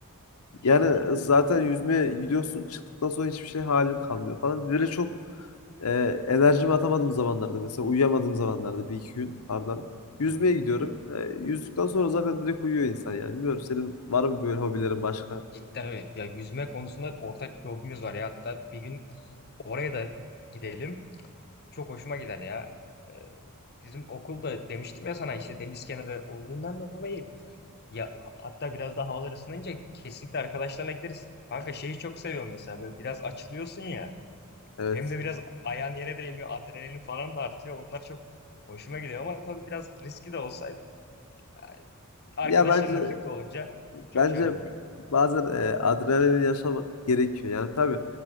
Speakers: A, on the left (about 50°); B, on the left (about 75°).
A: Cidden
B: Yani
A: öyle.
B: zaten yüzmeye gidiyorsun çıktıktan sonra hiçbir şey halin kalmıyor falan. Böyle çok e, enerjimi atamadığım zamanlarda mesela uyuyamadığım zamanlarda bir iki gün ardından yüzmeye
A: Hı hı.
B: gidiyorum. E, yüzdükten sonra zaten direkt uyuyor insan yani. Bilmiyorum senin var mı böyle hobilerin başka?
A: Cidden öyle. Ya yüzme konusunda ortak bir hobimiz var ya. Hatta bir gün oraya da gidelim. Çok hoşuma gider ya. Ee, bizim okulda demiştim ya sana işte deniz kenarı olduğundan dolayı ya hatta biraz daha havalar ısınınca kesinlikle arkadaşlarla gideriz. Kanka şeyi çok seviyorum mesela böyle biraz açılıyorsun ya
B: Evet.
A: hem de biraz ayağın yere değmiyor adrenalin falan da artıyor. Onlar çok hoşuma gidiyor ama tabii biraz riski de olsa yani arkadaşlarınla
B: Ya bence
A: birlikte olunca çok
B: bence
A: şey olmuyor.
B: bazen e, adrenalin yaşamak gerekiyor. Yani tabii